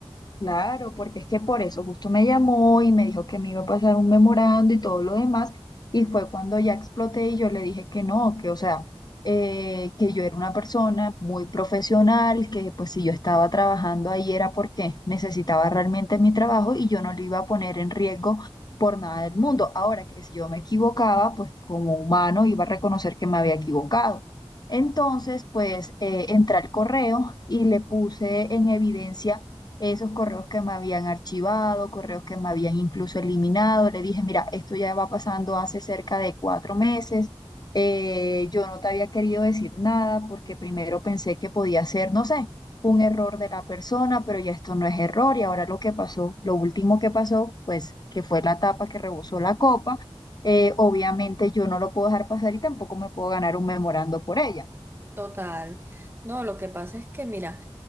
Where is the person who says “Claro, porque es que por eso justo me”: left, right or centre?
Left